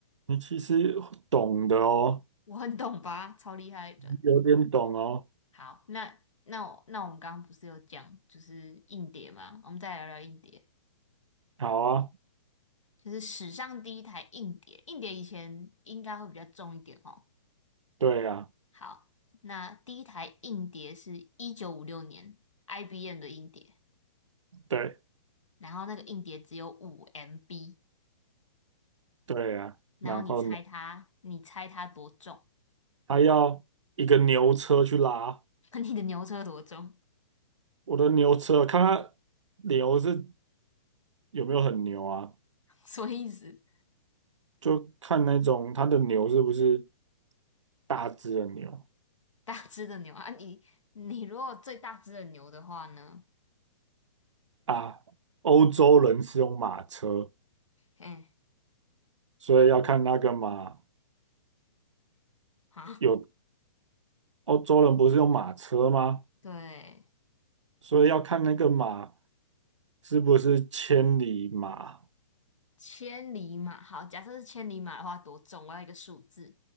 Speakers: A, on the right (about 75°); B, on the left (about 80°).
A: 你其实懂的哦，
B: 我很懂吧，超厉害的。
A: 你有点懂哦。
B: 好，那那我那我们刚刚不是有讲就是硬碟吗？我们再来聊聊硬碟，
A: 好啊，
B: 就是史上第一台硬碟。硬碟以前应该会比较重一点哦。
A: 对啊，
B: 好，那第一台硬碟是一九五六年 IBM 的硬碟。
A: 对
B: 然后那个硬碟只有五 MB，
A: 对啊。
B: 然后你猜它，
A: 然后呢，
B: 你猜它多重？
A: 还要一个牛车去拉
B: <laughs> 你的牛车多重？
A: 我的牛车，看它牛是有没有很牛啊？
B: <laughs> 什么意思？
A: 就看那种它的牛是不是大只的牛
B: 大只的牛啊，你你如果最大只的牛的话呢？
A: 啊？欧洲人是用马车，
B: 哎，
A: 所以要看那个马
B: 好，
A: 有欧洲人不是用马车吗？
B: 对，
A: 所以要看那个马。是不是千里马？
B: 千里马，好，假设是千里马的话多重？我要一个数字，